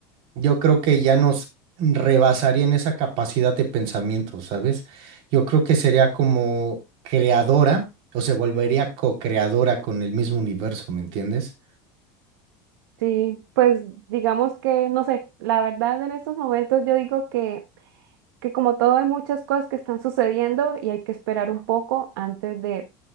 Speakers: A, on the right (about 60°); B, on the right (about 80°).
A: Yo creo que ya nos rebasaría en esa capacidad de pensamiento, ¿sabes? Yo creo que sería como creadora o se volvería co-creadora con el mismo universo, ¿me entiendes?
B: Sí, pues digamos que, no sé, la verdad en estos momentos yo digo que que como todo hay muchas cosas que están sucediendo y hay que esperar un poco antes de